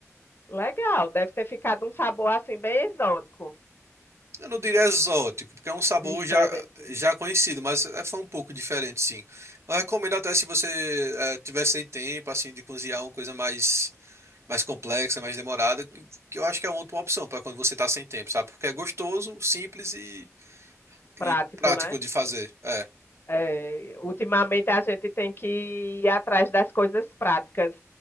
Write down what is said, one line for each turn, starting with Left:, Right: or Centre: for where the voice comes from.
Left: Legal, deve ter ficado um sabor assim bem exótico,
Right: Eu não diria exótico, porque é um sabor
Left: diferente,
Right: já, já conhecido, mas eh, foi um pouco diferente, sim. Eu recomendo até se você eh, tiver sem tempo assim de cozinhar uma coisa mais mais complexa, mais demorada, que que eu acho que é uma ótima opção para quando você tá sem tempo, sabe? Porque é gostoso, simples e,
Left: prático,
Right: e prático
Left: né?
Right: de fazer. É,
Left: É, ultimamente a gente tem que ir atrás das coisas práticas